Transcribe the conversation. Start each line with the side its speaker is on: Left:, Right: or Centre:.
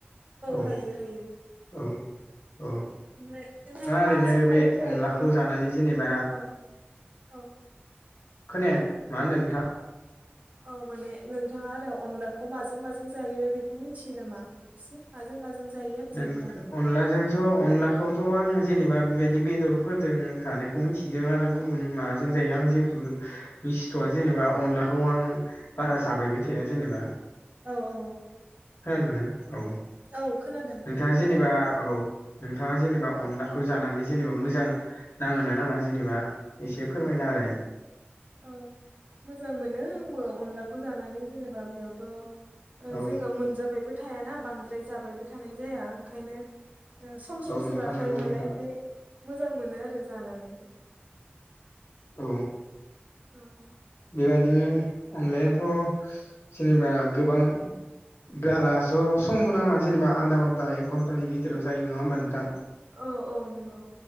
Left: औ
Right: हायो हायो
Left: औ। औ
Right: ओमफ्राय नोंथाङा मा
Left: ओरैनो
Right: जों माजों
Left: बे
Right: जायो
Left: अनलाखौ
Right: बेखौ
Left: जानानै जेनेबा
Right: औ औ।
Left: खोनाया मा होन्दों नोंथां।
Right: औ माने नोंथाङा आरो अनलाखौ माजों माजों जायो बेखौ मिथियो नामा? इसे माजों माजों जायो आरो
Left: नों
Right: जेनेबा
Left: अनलाजोंथ' अनलाखौथ' आङो जेनेबा बेबायदि बेदरफोरजों जानाय बेखौ मिथिदों आरो गुबुन माजों जायो आं जेबो मि सिथ'आ जेनेबा अनलाखौ आं बारा जाबायबाय थाया जेनेबा
Right: औ औ।
Left: खोनादोंना औ।
Right: औ खोनादों।
Left: नोंथाङा जेनेबा औ नोंथाङा जेनेबा अनलाखौ जानानै जेनेबा मोजां नाङोना नाङा जेनेबा एसे फोरमायना होलाय।
Right: औ मोजां मोनो आंबो अनलाखौ जानानै जेनेबा बेयावथ' ओ
Left: औ
Right: जोङो मोनजाबायबो थायाना बांद्राय जाबायबो थानाय जाया ओंखायनो ओ सम
Left: औ
Right: समसो
Left: नोंथां
Right: जाखायो
Left: नंगौ
Right: नालाय
Left: नोंथां
Right: ओमफफ्राय मोजां मोनो आरो जानानै
Left: औ।
Right: औ।
Left: बेबादिनो अनलायाथ' जेनेबा गोबां गारास' सम मोन नाङा जेनेबा आधा घन्टा एक घन्टानि गेजेराव जायो नङा होमबा नोंथां
Right: औ औ नंगौ